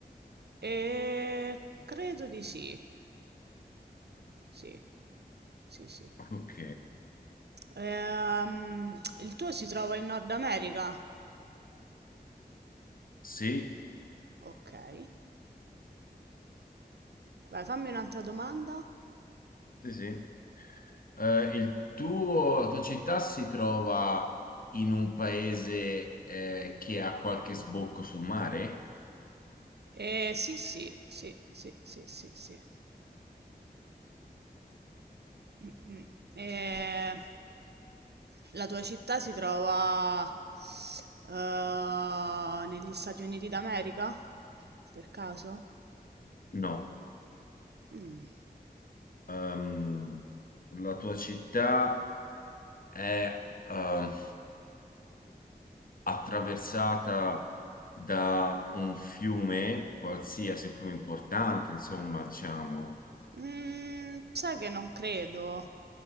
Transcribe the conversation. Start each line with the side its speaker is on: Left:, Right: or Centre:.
Right: Ehm, credo di sì. Sì. Sì, sì.
Left: Ok,
Right: Ehm, il tuo si trova in Nord America?
Left: sì,
Right: Okay. Vai, fammi un'altra domanda.
Left: sì, sì. Eh, il tuo, la tua città si trova in un paese eh, che ha qualche sbocco sul mare?
Right: Ehm, sì, sì, sì, sì, sì, sì, sì. Mh-mh. Ehm, la tua città si trova, uhm, negli Stati Uniti d'America? Per caso?
Left: No.
Right: Mh.
Left: Ehm, la tua città è... ehm, attraversata da un fiume, qualsiasi un fiume importante, insomma, diciamo.
Right: Mhmm, sai che non credo.